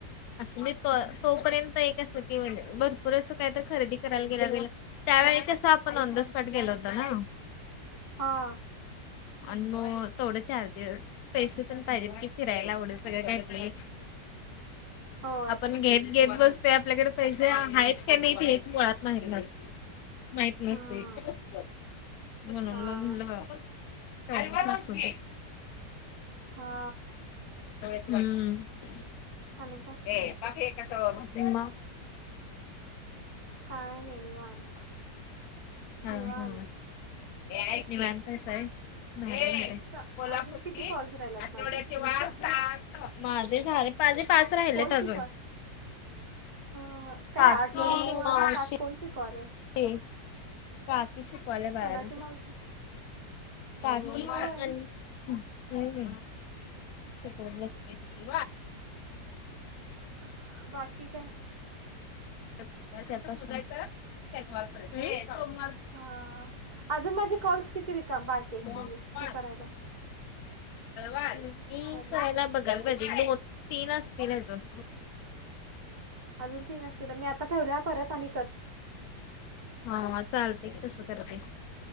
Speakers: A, on the left; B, on the right.
A: असं त तोपर्यंत एक असत की म्हणजे भरपूर असं काय तर खरेदी करायला गेल्या गेल्या त्यावेळी कस आपण ऑन द स्पॉट गेलो होतो ना.
B: हा.
A: आणि मग तेवडं चार्जेस पैसे पण पाहिजेत की फिरायला एवढं सगळं घ्यातलेय.
B: होय
A: आपण घेत घेत बसतोय आपल्याकडे पैसे आहेतच का नाही हेच मुळात तयारी नसते माहित
B: हम्म
A: नसते म्हणून
B: हा
A: मांग म्हणलं तेवढाच असणं
B: हा.
A: हम्म
B: आणि काय.
A: हे बाकी कस म्हणते म
B: काय नाही निवांत
A: हं
B: निवांत
A: हं निवांत असाय <unintelligible>
B: चा-
A: कोल्हापूर
B: अजून
A: ची
B: किती कॉल्स राहिलात
A: आठवड्याचे
B: माझे
A: वार सात माझे झाले माझे पाच राहिलेत
B: कोण
A: अजून
B: शिकवाल अ, काय
A: काकी
B: आठवड्याचे वार
A: मावशी
B: सात कोण शिकवालय
A: हे काकी शिकवायली बाळाला
B: कोणाची मावशी
A: काकी
B: होय
A: आणि
B: अ,
A: हं कोणं नसतंय.
B: हा बाकी काय
A: त्याच्यात असा शनिवारपर्यंत हे सोमवार
B: अ अजून माझे कॉल्स किती बाकी
A: पर्यंत.
B: आहेत तुझ तू करायला.
A: मी
B: हॅलो
A: कराला बघ तीन असतील अजून
B: अजून तीन असतील मी आता ठेवल्यावर परत आणि कर
A: हा चालते तस करते.